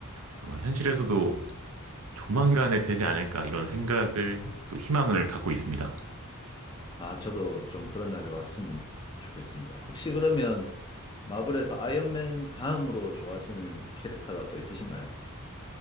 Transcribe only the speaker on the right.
아마 현실에서도 조만간에 되지 않을까 이런 생각을 또 희망을 갖고 있습니다.